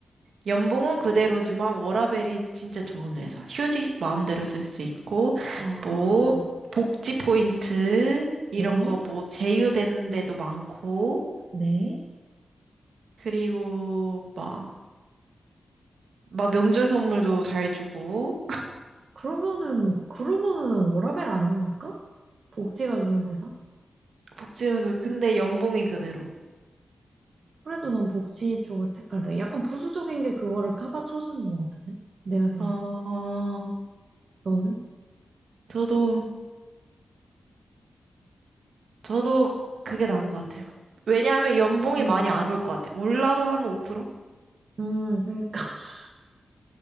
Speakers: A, on the right; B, on the right.
A: 연봉은 그대로지만 워라밸이 진짜 좋은 회사. 휴직 마음대로 쓸 수 있고,
B: 아,
A: 뭐, 복지 포인트, 이런
B: 네.
A: 거 뭐, 제휴되는 데도 많고,
B: 네.
A: 그리고 막, 막 명절 선물도 잘 주고,
B: 그러면은, 그러면은 워라밸 아닙니까? 복지가 좋은 회사?
A: 복지에서, 근데 연봉이 그대로.
B: 그래도 난 복지 쪽을 택할래. 약간 부수적인 게 그거를 커버 쳐주는 것 같은데? 내가 생각했을
A: 어,
B: 때. 너는?
A: 저도, 저도 그게 나은 것 같아요. 왜냐하면 연봉이
B: 응,
A: 많이 안 올 것 같아요. 올라도 한 5%?
B: 응, 그러니까. <laughs>